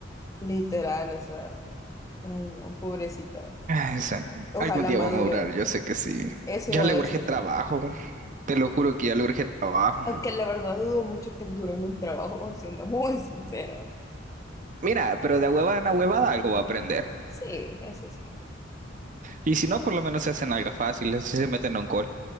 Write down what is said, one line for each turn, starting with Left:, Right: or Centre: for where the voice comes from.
Left: Literal, o sea, ay no, pobrecita.
Right: Ay, o sea,
Left: Ojalá
Right: algún día
Left: madure,
Right: vamos a durar, yo sé que sí.
Left: eso
Right: Ya
Left: iba
Right: le
Left: a decir.
Right: urge trabajo, te lo juro que ya le urge trabajo.
Left: Aunque la verdad dudo mucho que dure en un trabajo, siendo muy sincera.
Right: Mira, pero de huevada en huevada algo va a aprender.
Left: Sí, eso sí.
Right: Y si no, por lo menos se hacen algo fácil, si se meten en un call.